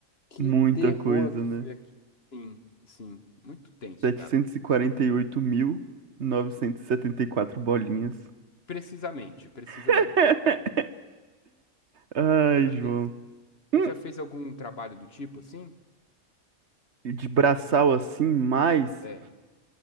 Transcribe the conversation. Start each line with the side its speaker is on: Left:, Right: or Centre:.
Left: que
Right: Muita
Left: terror
Right: coisa,
Left: que
Right: né?
Left: foi aqui. Sim, sim, muito tenso,
Right: setecentos
Left: cara.
Right: e e e e quarenta oito mil novecentos e setenta e quatro bolinhas.
Left: Precisamente, precisamente.
Right: <laughs> Ai,
Left: Era
Right: João.
Left: tenso.
Right: Hum.
Left: Você já fez algum trabalho do tipo assim?
Right: E De braçal assim, mas,
Left: É,